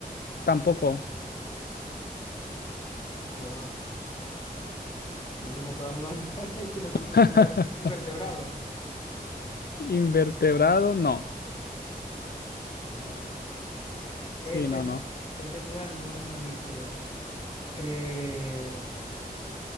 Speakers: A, on the left (about 80°); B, on the left (about 35°).
A: tampoco.
B: Wow. Ya se me acabaron los animales <laughs> y los tipos
A: <laughs>
B: de inver- invertebrados.
A: Invertebrado, no.
B: No. Este,
A: Sí, no,
B: ani-
A: no.
B: este animal no es mamífero. Eh,